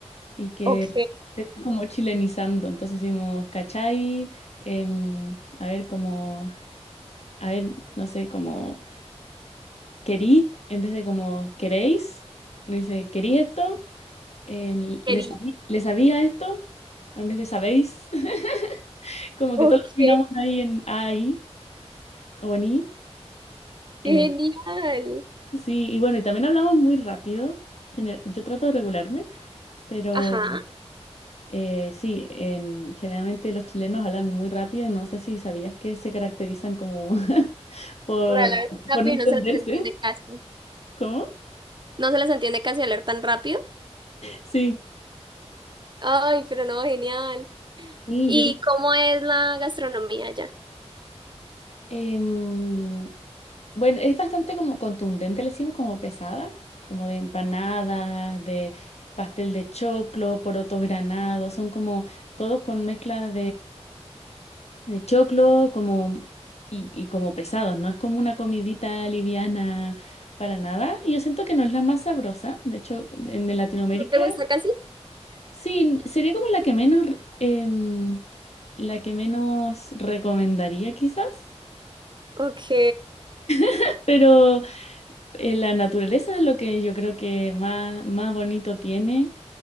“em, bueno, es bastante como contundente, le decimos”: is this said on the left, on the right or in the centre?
Left